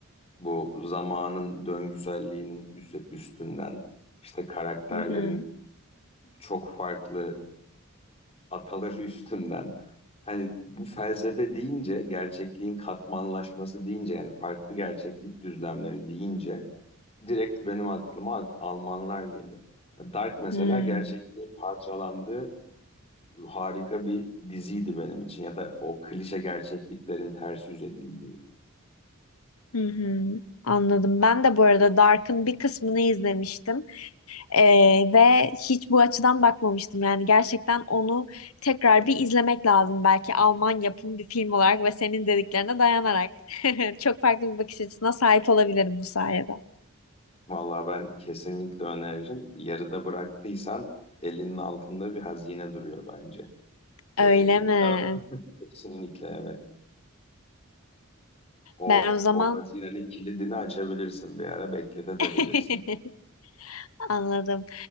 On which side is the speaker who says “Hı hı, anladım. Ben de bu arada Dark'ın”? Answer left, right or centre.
Left